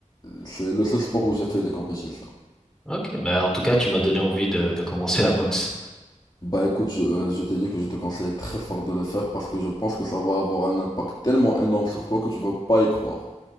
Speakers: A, on the left; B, in the centre.
A: c'est le seul sport où j'ai fait des compétitions.
B: Ok, bah en tout cas, tu m'as donné envie de, de commencer la boxe
A: Bah écoute, je, euh, je t'ai dit que je te conseille très fort de le faire parce que je pense que ça va avoir un impact tellement énorme sur toi que tu vas pas y croire.